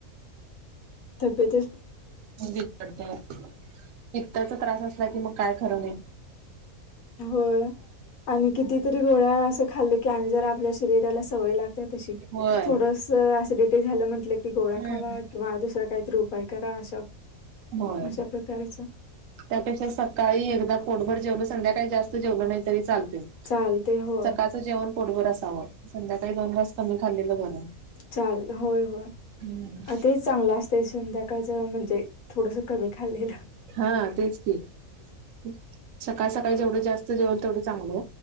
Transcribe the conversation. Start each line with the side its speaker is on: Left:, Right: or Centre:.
Left: तब्येत
Right: बिगडतय पित्ताचा त्रास असला की मग काय खर नाय.
Left: होय आणि कितीतरी गोळ्या असं खाल्लं की आणि जर आपल्या शरीराला सवय लागते. त तशी
Right: होय.
Left: थोडस ऍसिडिटी झालंय म्हटलं कीं कि गोळा्या
Right: हम्म.
Left: खावा किंवा दुसरा काहीतरी उपाय करा अशा
Right: होय
Left: अशा प्रकारेच.
Right: त्यापेक्षा सकाळी एकदा पोटभर जेवलं संध्याकाळी जास्त जेवलं नाही तरी चालत.
Left: चालते होय
Right: सकाळचं जेवण पोटभर असावं संध्याकाळी दोन तास कमी खाल्लेलं बरं.
Left: चाल होय होय
Right: हम्म.
Left: तेच चांगलं असतं संध्याकाळचं म्हणजे थोडस कमी खाल्लेलं
Right: हा तेच कीं. सकाळ सकाळी जेवढं जास्त जेवल तेवढं चांगल.